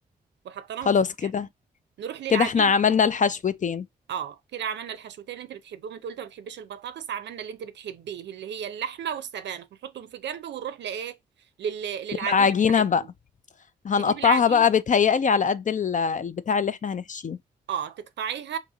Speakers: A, on the right; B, on the left.
A: وحطيناهم
B: خلاص
A: في الكام
B: كده
A: نروح للعجينه
B: كده احنا عملنا الحشوتين
A: اه كده عملنا الحشوتين اللي انت بتحبهم انت قلت ما بتحبيش البطاطس عملنا اللي انت بتحبيه اللي هي اللحمه والسبانخ نحطهم في جنب ونروح لايه لل... للعجينه
B: للعجينة
A: بتاعتهم
B: بقى هنقطعها
A: تجيب العجين
B: بقى بتهيألي على قد ال- البتاع اللي احنا هنحشيه
A: اه تقطعيها